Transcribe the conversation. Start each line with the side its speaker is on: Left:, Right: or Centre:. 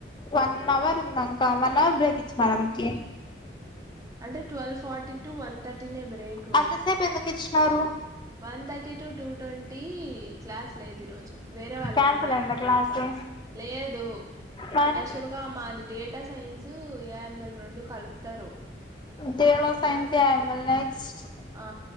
Left: వన్ అవర్ ఉందా ఇంకా వన్ అవర్ బ్రేక్ ఇచ్చినారా మీకీ
Right: అంటే twelve forty to one thirty break
Left: అంతసేపు ఎందుకు ఇచ్చినారు
Right: one thirty to two twenty class లేద్ ఈ రోజు వేరే వాళ్ళకు
Left: క్యాన్సల్
Right: ఉంది
Left: అయిందా
Right: ఆరు
Left: క్లాసు
Right: ఏ క్లాస్ లేదు
Left: మరి
Right: యాక్చువల్గా మాది డేటా సైన్స్ ఏఎంఎల్ రొండు కలుప్తారు
Left: తేలో సైన్స్ల్ నెక్స్ట్
Right: ఆ